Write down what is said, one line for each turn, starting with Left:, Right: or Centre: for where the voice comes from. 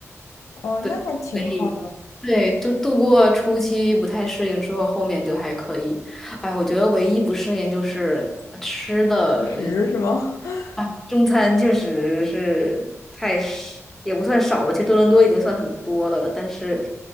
Left: 哦，
Centre: 对，
Left: 那还挺好，
Centre: 所以对，就度过初期不太适应之后，后面就还可以。哎，我觉得唯一不适应就是吃的
Left: 其实，是吗？<laughs>
Centre: 啊，中餐确实是太少，也不算少吧，其实多伦多已经算很多了，但是